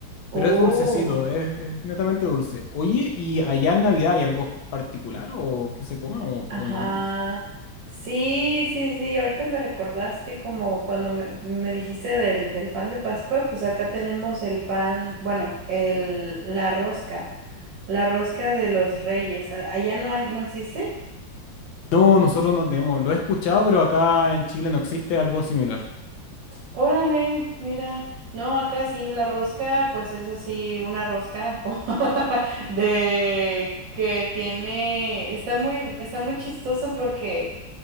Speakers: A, on the left (about 85°); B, on the right (about 75°).
A: pero
B: oh.
A: es dulcecito, es, es netamente dulce. Oye, ¿y allá en Navidad hay algo particular o que se coma o,
B: Ajá.
A: o no mucho?
B: Sí, sí, sí. Ahorita me recordaste como cuando me, me dijiste del, del pan de Pascua, pues acá tenemos el pan, bueno, el, la rosca, la rosca de los reyes. A- Allá no hay- no existe.
A: No, nosotros no tenemos, lo he escuchado, pero acá en Chile no existe algo similar.
B: Órale, mira. No, acá sí, la rosca, pues es así, una rosca como <laughs> de que tiene, está muy, está muy chistoso porque